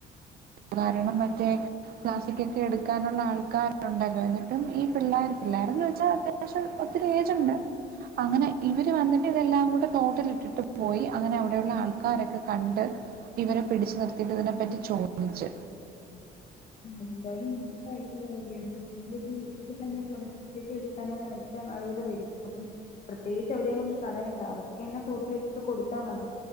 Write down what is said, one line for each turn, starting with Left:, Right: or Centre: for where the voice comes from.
Right: കാരണം മറ്റേ പ്ലാസ്റ്റിക്കൊക്കെ എടുക്കാനുള്ള ആൾക്കാരുണ്ടല്ലോ എന്നിട്ടും ഈ പിള്ളേർ പിള്ളോരന്ന് വെച്ചാൽ അത്യാവശ്യം ഇത്തിരി ഏജുണ്ട് അങ്ങനെ ഇവര് വന്നിട്ട് ഇതെല്ലാം കൂടെ തോട്ടിലിട്ടിട്ട് പോയി അങ്ങനെ അവിടെയുള്ള ആൾക്കാരൊക്കെ കണ്ട് ഇവരെ പിടിച്ചു നിർത്തിയിട്ടതിനെപ്പറ്റി ചോദിച്ച്
Left: എന്തായാലും മോശമായിട്ടുള്ള കാര്യമാണ് പറഞ്ഞ ഇപ്പ വീട്ടിൽ തന്നെ പ്ലാസ്റ്റിക്കൊക്കെ എടുക്കാനായിട്ട് ആളുകൾ വരും അപ്പം പ്രത്യേകിച്ച് എവിടെയും കൊണ്ട് കളയണ്ട അവർക്ക് തന്നെ കൂട്ടി വെച്ചിട്ട് കൊടുത്താൽ മതി